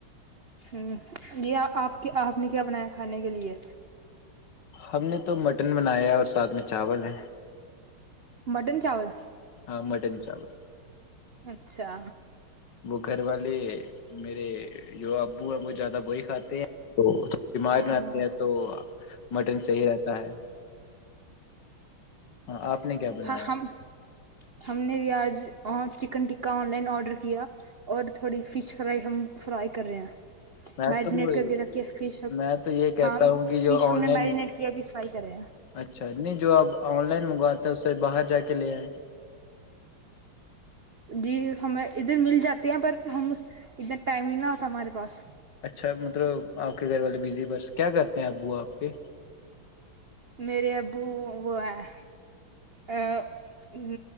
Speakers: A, on the right; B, on the left.
A: ہ یہ آپ کے آپ نے کیا بنایا کھانے کے لیے
B: ہم نے تو مٹن بنایا ہے اور ساتھ میں چاول ہے
A: مٹن چاول
B: ہاں مٹن چاول
A: اچھا
B: وہ گھر والے میرے جو ابو ہیں وہ زیادہ وہی کھاتے ہیں تو بیمار
A: ہاں
B: نہ آتے ہیں تو مٹن صحیح رہتا ہے ہاں آپ نے کیا بنایا
A: ہ ہاں ہم ہم نے بھی آج chicken tikka online order کیا اور تھوڑی فش فرائی ہم فرائی کر رہے ہیں
B: میں
A: میرینیٹ
B: تو
A: کر کے رکے فش اب
B: میں تو یہ کہتا
A: ہاں
B: ہوں کہ
A: فش
B: جو
A: ہم
B: آن
A: نے
B: لائن
A: میرینیٹ کیا بھی فرائی کرے
B: اچھا نہیں جو آپ آن لائن منگواتے ہیں اس سے باہر جا کے لے آئیں
A: جی ہمیں ادھر مل جاتے ہیں پر ہم اتنا ٹائم نہیں نہ ہوتا ہمارے پاس
B: اچھا مطلب آپ کے گھر والے بزی بس کیا کرتے ہیں ابو آپ کے
A: میرے ابو وہ ہیں ا ہ